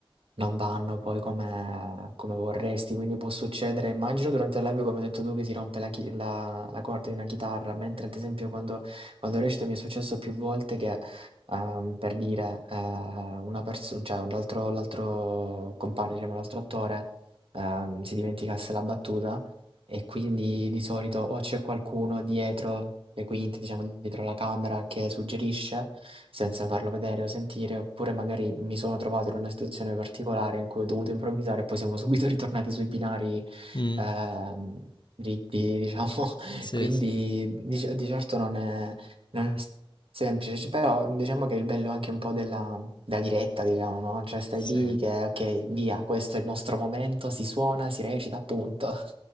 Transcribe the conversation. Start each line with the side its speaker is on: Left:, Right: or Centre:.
Right: non vanno poi come come vorresti, quindi può succedere immagino durante il live come hai detto tu che si rompe la chi la la corda di una chitarra, mentre ad esempio quando quando recito mi è successo più volte che, ehm, per dire, ehm, una perso cioè un l'altro l'altro compagno, diciamo l'altro attore, ehm, si dimenticasse la battuta e quindi di solito o c'è qualcuno dietro le quinte, diciamo dietro la camera che suggerisce senza farlo vedere o sentire, oppure magari mi sono trovato in una situazione particolare in cui ho dovuto improvvisare e poi siamo subito <laughs> ritornati sui binari,
Left: Mm,
Right: ehm, dritti, diciamo. <laughs>
Left: Sì,
Right: Quindi
Left: sì,
Right: di, ce- di certo non è, non è semplice, cioè, però diciamo che il bello è anche un po' della, della diretta, diciamo, no? Cioè stai
Left: sì.
Right: lì che ok, via, questo è il nostro momento, si suona, si recita, punto.